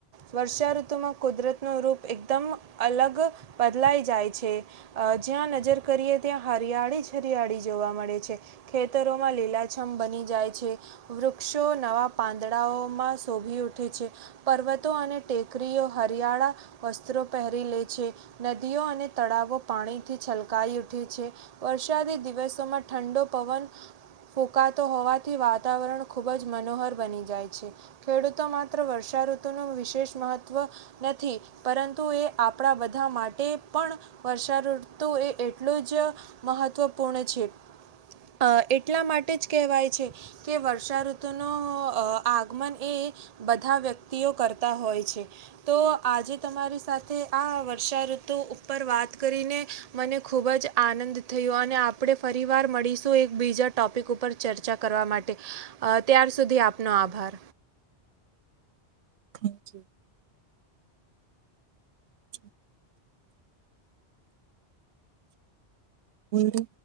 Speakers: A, on the right; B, on the right.
A: વર્ષાઋ તુ માં કુદરતનો રૂપ એકદમ અલગ બદલાઈ જાય છે. અહ જ્યાં નજર કરીએ ત્યાં હરિયાળી હરિયાળી જોવા મળે છે. ખેતરોમાં લીલાછમ બની જાય છે વૃક્ષો નવા પાન દડાઓમાં શોભી ઉઠે છે. પર્વતો અને ટેકરીઓ હરિયાળા વસ્ત્રો પહેરી લે છે. નદીઓ અને તળાવો પાણીથી છલકાઈ ઉઠે છે. વરસાદી દિવસોમાં ઠંડો પવન ફૂંકાતો હોવાથી વાતાવરણ ખૂબ જ મનોહર બની જાય છે. ખેડૂતો માત્ર વર્ષાઋતુનું વિશેષ મહત્વ નથી પરંતુ એ આપડા બધા માટે પણ વર્ષા ઋતુ એ એટલું જ મહત્વપૂર્ણ છે. અહ એટલા માટે જ કહેવાય છે કે વર્ષાઋતુનો અહ આગમન એ બધા વ્યક્તિઓ કરતા હોય છે. તો આજે તમારી સાથે આ વર્ષાઋતુ ઉપર વાત કરીને મને ખૂબ જ આનંદ થયો. અને આપડે ફરીવાર મળીશું એક બીજા ટૉપિક ઉપર ચર્ચા કરવા માટે. અહ ત્યાર સુધી આપનો આ ભાર.
B: Thank you. છે. બોલો.